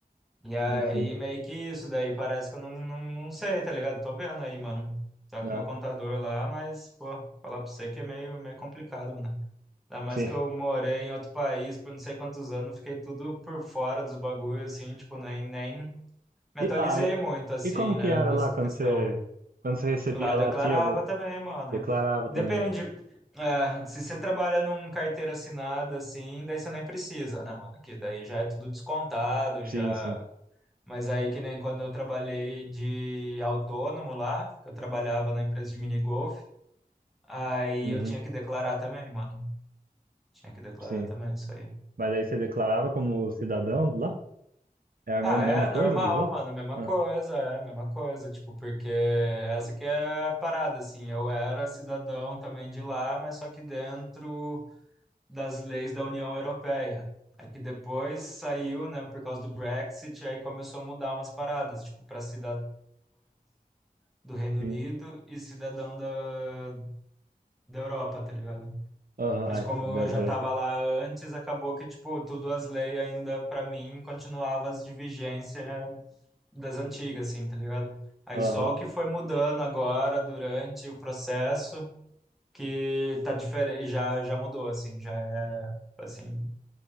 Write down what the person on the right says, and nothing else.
sim, sim.
Ah,
sim.
E
lá, e,
e como que
era
lá quando
você, quando você recebia
lá,
tinha, vo-
declarava
também.
Sim,
sim.
Uhum,
sim.
Mas aí você declarava como cidadão lá? É a
mesma,
mesma
coisa dos outros?
Ah,
sim.
Aham,
é, deu,
deu
essa.
Aham,